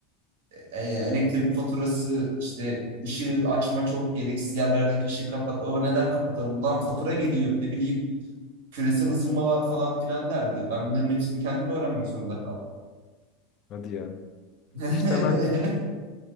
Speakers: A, on the right (about 65°); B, on the left (about 45°).
A: e, elektrik faturası işte ışığı açma çok gereksiz yerlerdeki ışığı kapat. O neden kapatalım? Lan fatura geliyor ne bileyim küresel ısınma var falan filan derdi. Ben bunların hepsini kendim öğrenmek zorunda kaldım.
B: hadi ya.
A: <laughs>
B: İş temel